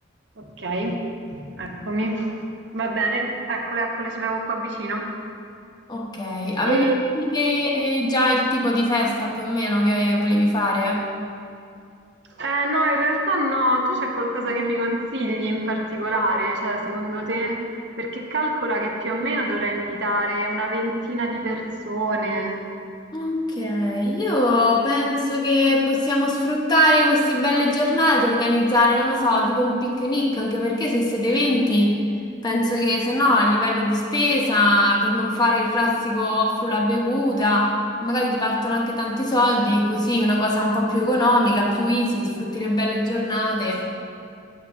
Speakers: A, on the right; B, on the left.
A: Ok, eccomi. Va bene, eccole, eccole, ce l'avevo qua vicino.
B: Ok, avevi
A: E,
B: detto che già il tipo di festa più o meno che volevi fare?
A: Eh no, in realtà no, tu c'è qualcosa che mi consigli in particolare, cioè secondo te? Perché calcola che più o meno dovrei invitare una ventina di persone.
B: Ok, io penso che possiamo sfruttare queste belle giornate, organizzare, non lo so, tipo un picnic, anche perché se siete 20, penso che se no a livello di spesa, per non fare il classico offro la bevuta, magari ti partono anche tanti soldi, così una cosa un po' più economica, più easy, sfrutti le belle giornate